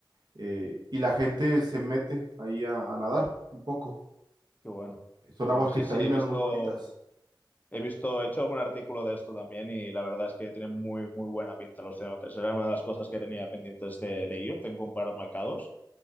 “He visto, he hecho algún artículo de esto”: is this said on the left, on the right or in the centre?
Left